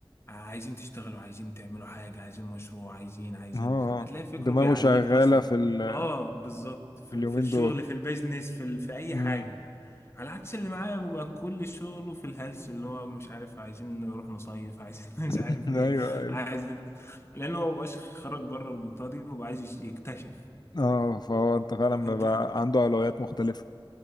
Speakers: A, on the left (about 30°); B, on the left (about 50°).
A: عايزين تشتغلوا عايزين تعملوا حاجه عايزين مشروع عايزين عايزين
B: اه آه.
A: هتلاقي فكره
B: دماغه
A: بيعليك
B: شغالة
A: اصلا
B: في ال...
A: اه بالظبط في
B: في اليومين
A: ال- في الشغل
B: دول
A: في البيزنس في ال- في اي
B: مم.
A: حاجه على عكس اللي معايا بيبقى كل شغله في الهلس اللي هو مش عارف عايزين نروح نصيف عايزين <laughs> مش
B: <laughs>
A: عارف
B: ايوه
A: ايه
B: ايوه
A: عايز لان هو مبقاش خرج بره المنطقه دي وبقى عايز يكتشف
B: اه فهو انت فعلا
A: لكن انت
B: بقى عنده أولويات مختلفة